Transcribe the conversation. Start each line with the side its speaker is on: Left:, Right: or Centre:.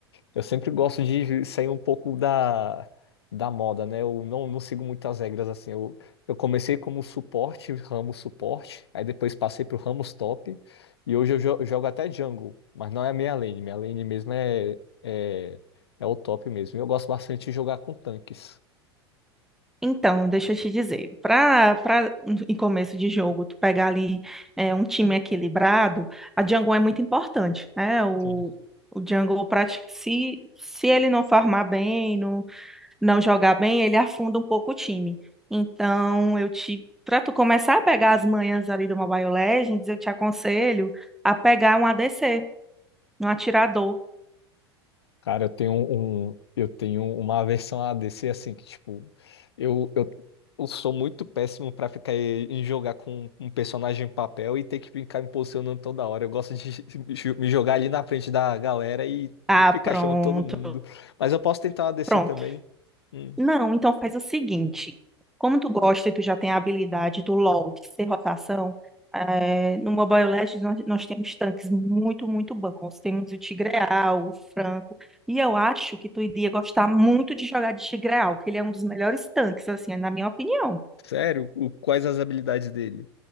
Left: Eu sempre gosto de sair um pouco da, da moda, né? Eu não, não sigo muitas regras assim. Eu, eu comecei como suporte, ramo suporte, aí depois passei pro ramo top, e hoje eu jo- jogo até jungle, mas não é a minha lane. Minha lane mesmo é, é, é o top mesmo. Eu gosto bastante de jogar com tanques.
Centre: Então, deixa eu te dizer, pra, pra em começo de jogo, tu pegar ali é, um time equilibrado, a jungle é muito importante, né? O,
Left: Sim.
Centre: o jungle, prati- se, se ele não farmar bem, não não jogar bem, ele afunda um pouco o time. Então, eu te, para tu começar a pegar as manhas ali do Mobile Legends, eu te aconselho a pegar um ADC, um atirador.
Left: Cara, eu tenho um, um, eu tenho uma aversão a DC assim que tipo, eu, eu, eu sou muito péssimo pra ficar em em jogar com um personagem em papel e ter que ficar me posicionando toda hora. Eu gosto de <laughs> me jogar ali na frente da galera e
Centre: Ah,
Left: ficar
Centre: pronto,
Left: chamando todo mundo. Mas eu posso tentar uma DC
Centre: pronto.
Left: também. Hum,
Centre: Não, então faz o seguinte. Como tu gosta e tu já tem a habilidade do LoL de ser rotação, eh, no Mobile Legends nós, nós temos tanques muito, muito bons. Temos o Tigreal, o Franco. E eu acho que tu iria gostar muito de jogar de Tigreal, que ele é um dos melhores tanques, assim, na minha opinião.
Left: sério? O- quais as habilidades dele?